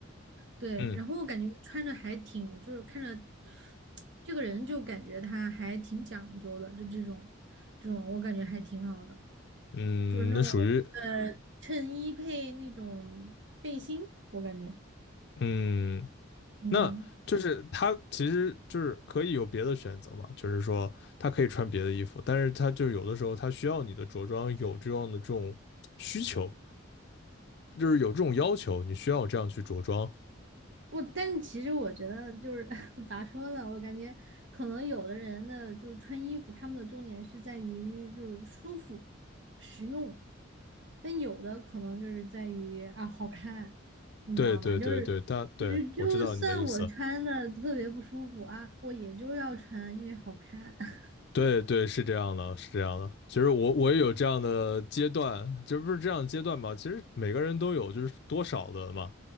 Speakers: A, on the right (about 60°); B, on the left (about 55°).
A: 对，
B: 嗯
A: 然后我感觉穿着还挺就是看着这个人就感觉他还挺讲究的，就这种这种我感觉还挺好的，
B: 嗯，
A: 就是那种
B: 那属于
A: 呃衬衣配那种背心，我感觉
B: 嗯，
A: 嗯。
B: 那就是他其实就是可以有别的选择嘛，就是说他可以穿别的衣服，但是他就有的时候他需要你的着装有这样的这种需求，就是有这种要求，你需要这样去着装。
A: 不，但是其实我觉得就是 <laughs> 咋说呢，我感觉可能有的人的就是穿衣服，他们的重点是在于就是舒服、实用，但有的可能就是在于啊好看，你知道吗？
B: 对对对对，
A: 就是
B: 他对我知道你的意思。
A: 就是就算我穿的特别不舒服啊，我也就要穿，因为好看。<laughs>
B: 对对，是这样的，是这样的。其实我我也有这样的阶段，这不是这样的阶段嘛？其实每个人都有，就是多少的嘛，